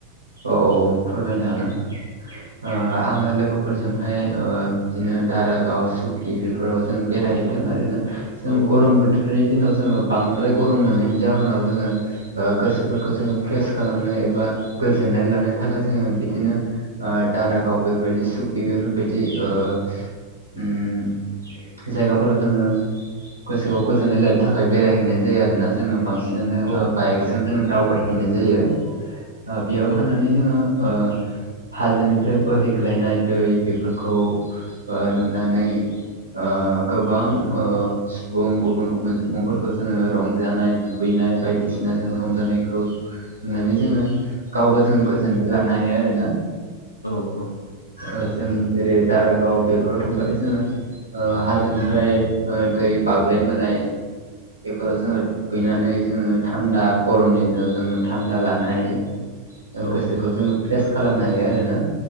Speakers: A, on the right; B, on the left.
A: औ-औ फोरमायनो हागोन ‌। ओ आङो लोगोफोरजोंहाय ओ बिदिनो दारागाव सु गि बेफोराव जों बेरायहैदों आरोना जों
B: औ
A: गरम
B: औ
A: बोथ थोरनि दिनाव जोङो बांद्राय गरम मोननायनि जाहोनाव जोङो ओ गोसोफोरखौ जोङो फ्रेस खालामनो एबा गोजोननाय लानो थाखाय जोङो बिदिनो ओ दारागाव बेबायदि सुकि बेफोरबायदि ओ उम जायगाफोराव जोङो गोसोखौ गोजोननाय लानो थाखाय बेरायहैनाय जायो आरोना जोङो। बांसिनानो
B: औ
A: ओ बाइकजों
B: औ
A: जोङो दावबायहैनाय जायो। ओ बेयाव
B: औ
A: थांनानै जोङो ओ हाजोनिफ्राय बोहैग्लायनाय दै बेफोरखौ ओ नुनानै ओ गोबां ओ सुबुं गुबुन - गुबुन जा सुबुंफोरखो जोङो रंजानाय दुगैनाय बायदिसिना जों रंजानायखौ नुनानै जोङो गावबो जों गोजोननाय लानो हायो आरो ना।
B: औ-औ।
A: ओ जों जेरै दारागाव बेफोराव थांबाथाय जोङो ओ हाजोनिफ्राय ओ दै बाग्लायबोनाय बेफोराव जोङो दुगैनानै जोङो थान्दा गरमनि दिनाव जोङो थान्दा लानो हायो।
B: औ ओं
A: गोसोखौ जोङो फ्रेस खालामनो हायो आरो ना।